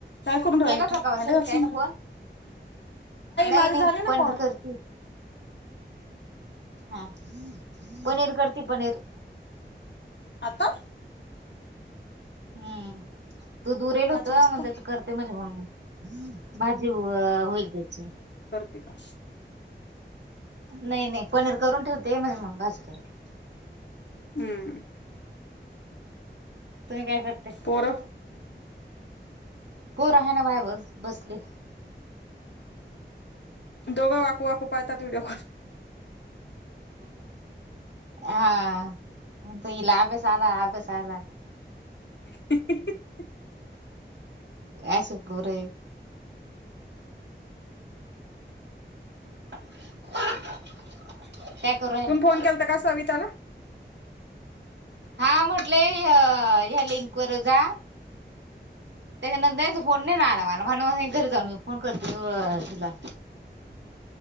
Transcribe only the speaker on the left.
काय करून राहिली
तू
भांडे
घासून राहिली
माझे
झाले ना
कॉल
आता
पाच
वाजता
ठीक आहे
हुं
होर
दोघं वाकू वाकू पाहतात व्हिओॉल
<inaudible>
तुम फोन केला तर का सविताला